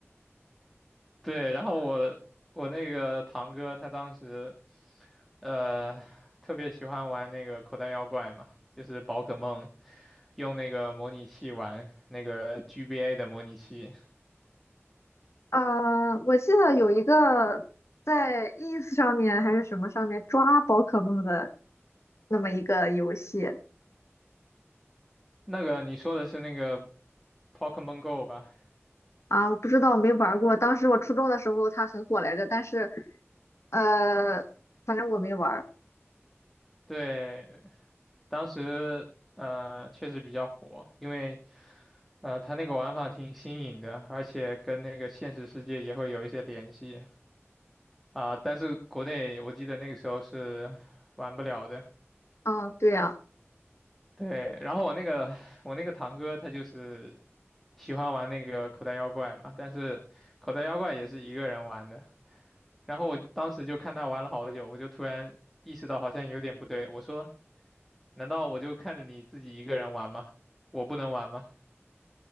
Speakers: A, in the centre; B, on the left.
A: 对，然后我我那个堂哥他当时呃特别喜欢玩那个口袋妖怪嘛，就是宝可梦。用那个模拟器玩那个 GBA 的模拟器。
B: 啊，我记得有一个在 ins 上面还是什么上面抓宝可梦的那么一个游戏，
A: 那个你说的是那个 Pokemon Go 吧？
B: 啊，我不知道，没玩儿过。当时我初中的时候它很火来着，但是，呃，反正我没玩儿。
A: 对，当时呃确实比较火，因为呃它那个玩法挺新颖的，而且跟那个现实世界也会有一些联系啊、但是国内我记得那个时候是玩不了的。
B: 啊，对呀，
A: 对，然后我那个我那个堂哥他就是喜欢玩那个口袋妖怪嘛，但是口袋妖怪也是一个人玩的，然后我当时就看他玩了好久，我就突然意识到好像有点不对，我说难道我就看着你自己一个人玩吗？我不能玩吗？